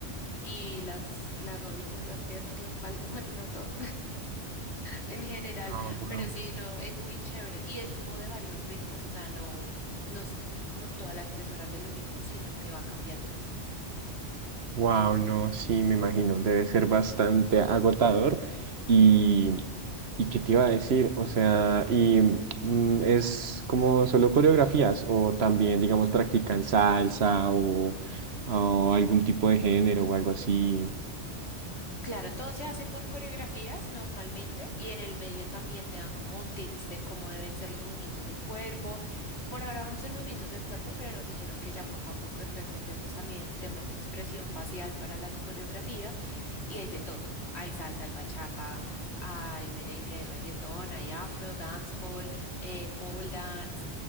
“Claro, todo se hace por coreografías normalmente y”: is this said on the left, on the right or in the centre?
Left